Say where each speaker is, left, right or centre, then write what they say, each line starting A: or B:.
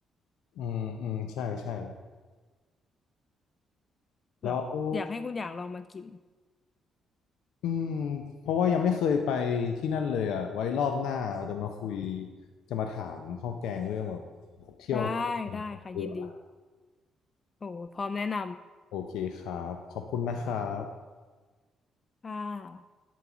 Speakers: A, on the left; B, on the left.
A: ออืมอืมใช่ใช่
B: แบบอยากให้คุณอย่างลองมากิน
A: แล้วอืมเพราะว่ายังไม่เคยไปที่นั่นเลยอ่ะไว้รอบหน้าเราจะมาคุยจะมาถามข้าวแกงเรื่องแบบเที่ยวกันดีกว่า
B: ได้ได้ค่ะยินดี โอ้พร้อมแนะน
A: โอเคครับขอบคุณนะครับ
B: ำค่ะ